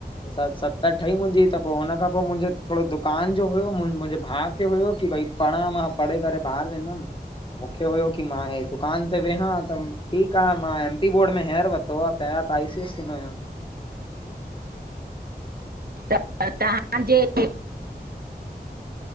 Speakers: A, on the left (about 30°); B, on the right (about 65°).
A: स सतरि ठई मुंजी त पोइ हुन खां पो मुंजो थोड़ो दुकानु जो हुयो, मुंहिंजे भाउ खे हुयो की भई पढ़ा मां, पढ़े करे ॿाहिर वेंदमि। मूंखे हुयो की, मां हे दुकानु ते वेंहा त ठीकु आ। मां एमपी बोर्ड में हिंयर वरतो आ, पहिरां त आईसी एससी में हुयमि।
B: त तव्हांजे --